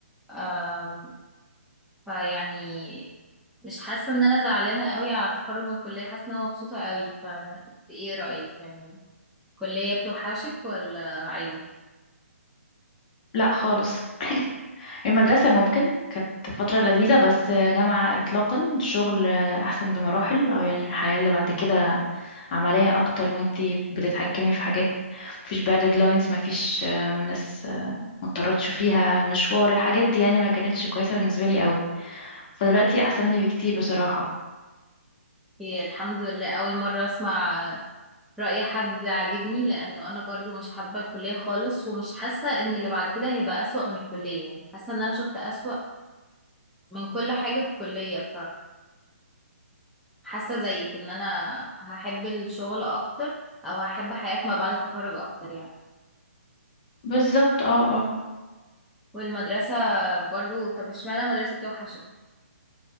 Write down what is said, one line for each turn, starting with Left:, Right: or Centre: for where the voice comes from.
Centre: آم، فيعني مش حاسة ان انا زعلانة قوي على التخرج من الكلية حاسة ان انا مبسوطة قوي ف ايه رأيك يعني الكلية بتوحشك ولا عادي
Left: لا خالص <laughs> المدرسة ممكن كانت فترة لذيذة بس جامعة إطلاقا الشغل أحسن بمراحل أو يعني الحياة اللي بعد كده عملية أكتر وانتي بتتحكمي في حاجات مفيش بقى ديدلاينز مفيش آه، ناس ما اضطرتش فيها المشوار الحاجات دي يعني ما كانتش كويسة بالنسبة لي قوي فدلوقتي احسن لي بكتير بصراحة
Centre: هي الحمد لله اول مرة اسمع رأي حد عاجبني لانه انا برضو مش حابة الكلية خالص ومش حاسة ان اللي بعد كده هيبقى اسوأ من الكلية يعني حاسة ان انا شفت اسوأ من كل حاجة في الكلية حاسة زيك ان انا هحب الشغل اكتر او هحب حياة ما بعد التخرج اكتر يعني
Left: بالظبط اه اه
Centre: والمدرسة برضو طب اشمعنى المدرسة بتوحشك